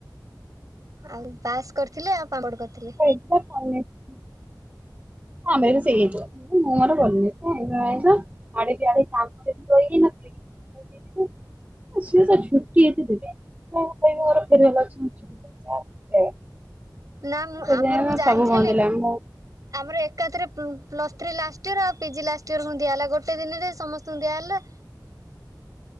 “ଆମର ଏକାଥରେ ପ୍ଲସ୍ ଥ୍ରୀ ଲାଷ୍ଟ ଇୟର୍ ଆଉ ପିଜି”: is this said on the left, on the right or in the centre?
Right